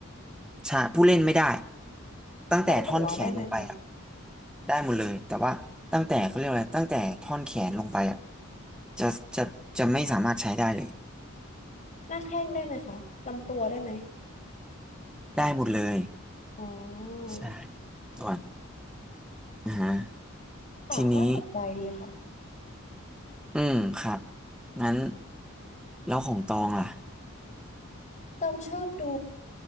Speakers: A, in the centre; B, on the left (about 35°).
A: ใช่ผู้เล่นไม่ได้ตั้งแต่ท่อนแขนลงไปอะ
B: เราหัวได้ไหมคะ
A: ได้หมดเลยแต่ว่าตั้งแต่เขาเรียกอะไรตั้งแต่ท่อนแขนลงไปอะจะจะจะไม่สามารถใช้ได้เลย
B: หน้าแข้งได้ไหมคะ ลำตัวได้ไหม
A: ได้หมดเลย
B: อ๋อ
A: ใช่ส่วนอ่าฮะ
B: ค่ะ
A: ทีนี้
B: น่าสนใจดีค่ะ
A: อืมครับงั้นแล้วของตองล่ะ
B: ต้องชอบดู